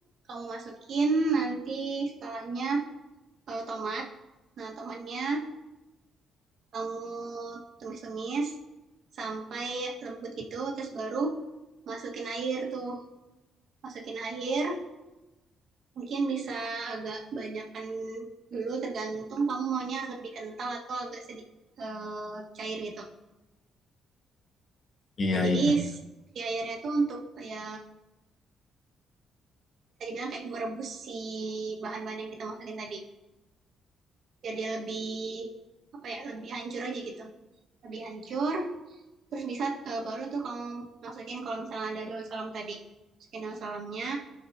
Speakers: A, on the right (about 60°); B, on the left (about 45°).
A: kamu masukin nanti setelahnya eh, tomat. Nah, tomatnya kamu tumis-tumis sampai lembut gitu terus baru masukin air tuh masukin air Mungkin bisa agak banyakan dulu tergantung kamu maunya lebih kental atau agak sedikit eh, cair gitu.
B: Iya
A: Nah, jadi
B: iya. iya.
A: si airnya itu untuk ya bisa dibilang kayak merebus si bahan-bahan yang kita masukin tadi. Biar dia lebih apa ya, lebih hancur aja gitu. Lebih hancur, terus bisa eh, baru tuh kamu masukin kalau misalnya ada daun salam tadi. Masukin daun salamnya,